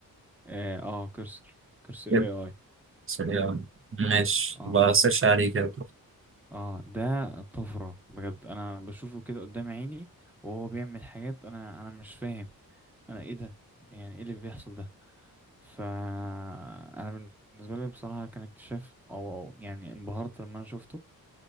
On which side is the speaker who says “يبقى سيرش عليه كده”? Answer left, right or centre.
Right